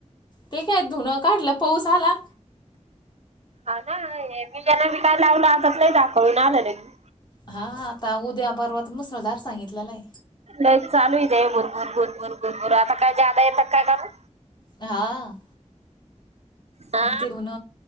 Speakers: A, on the left; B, on the right.
A: ते काय धुनं काढलं पाऊस आला
B: हा ना हे मी <unintelligible> जना मी काय लावलं आताच नाही दाखवून आलं नाही
A: हा आता उद्या -परवात मुसळधार सांगितलेला आहे
B: नाही चालू इते बुरमुर -बुरमुर -बुरमुर आता काय जादा येतात काय काण
A: हा..
B: हा
A: मग ते ऋन